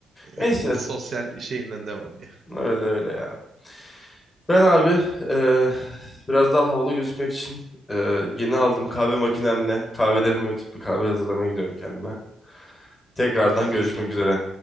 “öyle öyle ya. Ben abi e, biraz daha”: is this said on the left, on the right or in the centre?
Left